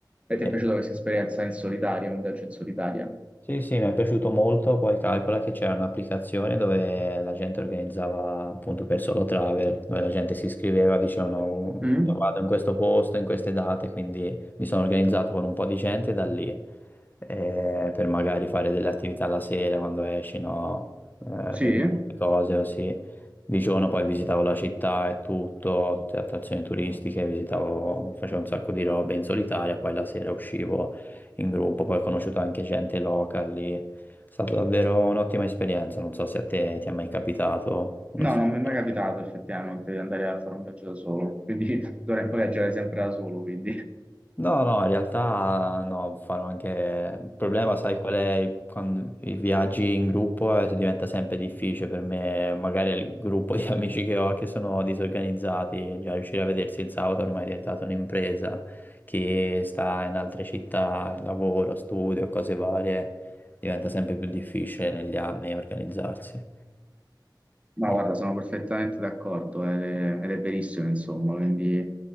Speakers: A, on the right; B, on the left.
A: E ti
B: E-
A: è piaciuta questa esperienza in solitaria, un viaggio in solitaria?
B: sì, sì, mi è piaciuto molto, poi calcola che c'era un'applicazione dove la gente organizzava appunto per solo travel, dove la gente si iscriveva, dicevano "Oh, "Io
A: Mm?
B: vado in questo posto, in queste date, quindi mi sono organizzato con un po' di gente da lì, eh, per magari fare delle attività la sera quando esci, no? Eh,
A: Sì?
B: per molte cose così. Di giorno poi visitavo la città e tutto, tutte le attrazioni turistiche, visitavo, facevo un sacco di robe in solitaria, poi la sera uscivo in gruppo, poi ho conosciuto anche gente local lì. È stata davvero un'ottima esperienza, non so se a te ti è mai capitato una...
A: No,
B: situazione.
A: non mi è mai capitato effettivamente di andare a fare un viaggio da solo, quindi <laughs> d'ora in poi viaggiare sempre da solo, quindi... <laughs>
B: No, no, in realtà no, farò anche... Il problema, sai qual è? Quando i viaggi in gruppo eh, diventa sempre difficile per me, magari il gruppo di <laughs> amici che ho che sono disorganizzati, già riuscire a vedersi il sabato ormai è diventata un'impresa, chi sta in altre città, lavoro, studio, cose varie, diventa sempre più difficile negli anni organizzarsi.
A: Ma
B: Eh,
A: guarda, sono perfettamente d'accordo ed è, ed è verissimo, insomma, quindi...